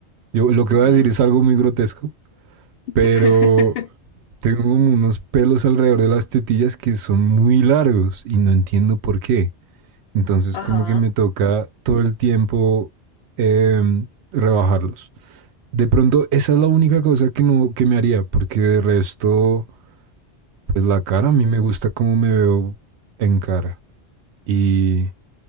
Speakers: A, on the right; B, on the left.
A: Yo, lo que
B: ujú.
A: voy a decir es algo muy grotesco,
B: <laughs>
A: pero Tengo como unos pelos alrededor de las tetillas que son muy largos y no entiendo por qué. Entonces
B: Ajá.
A: como que me toca todo el tiempo em, rebajarlos. De pronto esa es la única cosa que no que me haría, porque de resto, pues la cara a mí me gusta cómo me veo en cara. Y,